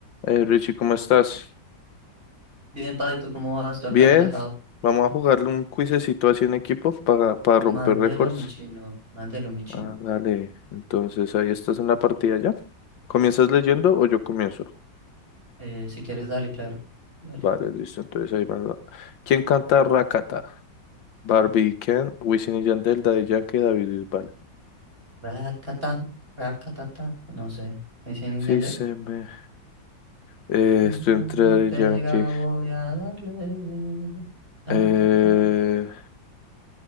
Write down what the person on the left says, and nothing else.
Eh, Richie, ¿cómo estás?
Bien,
vamos a jugarle un cuisecito así en equipo para, para romper
récords.
Ah, dale, entonces ahí estás en la partida ya. ¿Comienzas leyendo o yo comienzo?
Vale, listo, entonces ahí va. ¿Quién canta Rakata? Barbie, Ken, Wisin y Yandel, Daddy Yankee, David Bisbal.
Sí,
se me... eh,
estoy entre Daddy
Yankee.
Eh...